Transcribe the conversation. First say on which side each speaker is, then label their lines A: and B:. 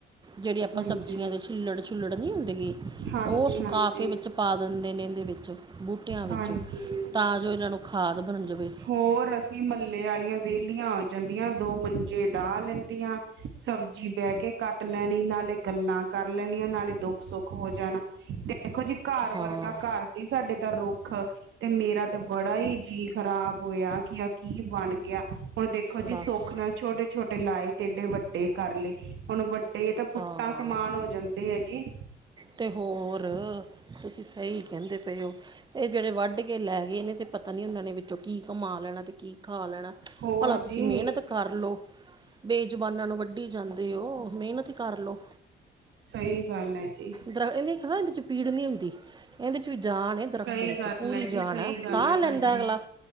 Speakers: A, on the right; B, on the right.
A: ਜੇੜੀ ਆਪਾਂ
B: ਹਾਂਜੀ
A: ਸਬਜ਼ੀਆਂ ਦੇ ਛਿੱਲੜ-ਛੁਲੜ ਨਈਂ ਹੁੰਦੀਗੀ।
B: ਹਾਂਜੀ
A: ਓ ਸੁਕਾ
B: ਹਾਂਜੀ
A: ਕੇ ਵਿੱਚ ਪਾ ਦਿੰਦੇ ਨੇ ਇੰਦੇ ਵਿੱਚ ਬੂਟਿਆਂ ਵਿੱਚ,
B: ਹਾਂਜੀ
A: ਤਾਂ ਜੋ ਏਨਾਂ ਨੂੰ ਖਾਦ ਬਣ ਜਾਵੇ।
B: ਹੋਰ ਮਹੱਲੇ ਵਾਲੀਆਂ ਵੇਹਲੀਆਂ ਹੋ ਜਾਂਦੀਆਂ, ਦੋ ਮੰਜੇ ਡਾਹ ਲੈਂਦੀਆਂ ਸਬਜ਼ੀ ਬਹਿ ਕੇ ਕੱਟ ਲੈਣੀ ਨਾਲੇ ਗੱਲਾਂ ਕਰ ਲੈਣੀਆਂ, ਨਾਲੇ ਦੁੱਖ-ਸੁੱਖ ਹੋ ਜਾਣਾ ਤੇ ਦੇਖੋ ਜੀ ਘਰ
A: ਹਾਂ
B: ਵਰਗਾ ਘਰ ਸੀ ਸਾਡੇ ਦਾ ਰੁੱਖ, ਤੇ ਮੇਰਾ ਤੇ ਬੜਾ ਹੀ ਜੀਅ ਖਰਾਬ ਹੋਇਆ ਕਿ ਆਹ ਕੀ ਬਣ ਗਿਆ। ਹੁਣ ਦੇਖੋ ਜੀ,
A: ਦੱਸ
B: ਸੋਖ ਨਾਲ ਛੋਟੇ-ਛੋਟੇ ਲਾਏ ਤੇ ਏਡੇ ਵੱਡੇ ਕਰ ਲਏ ਹੁਣ ਵੱ ਏ ਤਾਂ ਪੁੱਤਾਂ
A: ਹਾਂ
B: ਸਮਾਨ ਹੋ ਜਾਂਦੇ ਆ ਜੀ।
A: ਤੇ ਹੋਰ, ਤੁਸੀਂ ਸਈ ਕੈਂਦੇ ਪਏ ਓ। ਏ ਜੇੜੇ ਵੱਢ ਕੇ ਲੈ ਗਏ ਏਨਾ ਨੇ ਤਾਂ ਪਤਾ ਨੀਂ ਓਨਾਂ ਨੇ ਵਿੱਚੋਂ ਕੀ ਕਮਾ ਲੈਣਾ, ਤੇ ਕੀ ਖਾ ਲੈਣਾ।
B: ਹੋਰ
A: ਭਲਾ ਤੁਸੀਂ
B: ਜੀ
A: ਮੇਨਤ ਕਰਲੋ, ਬੇਜੁਬਾਨਾਂ ਨੂੰ ਵੱਢੀ ਜਾਂਦੇ ਓ, ਮੇਨਤ ਕਰ ਲੋ।
B: ਸਈ ਗੱਲ ਐਜੀ।
A: ਐ ਦੇਖ ਨਾ, ਏਦੇ ਚ ਪੀੜ ਨੀਂ ਹੁੰਦੀ। ਏਨਦੇ ਚ ਵੀ ਜਾਨ ਐ ਦਰਖਤ
B: ਸਹੀ
A: ਵਿੱਚ
B: ਗੱਲ
A: ਪੂਰੀ
B: ਹੈ ਜੀ
A: ਜਾਨ
B: ਸਹੀ
A: ਐ,
B: ਗੱਲ
A: ਸਾਹ
B: ਹੈ
A: ਲੈਂਦਾ
B: ਤੁਹਾਡੀ
A: ਅਗਲਾ।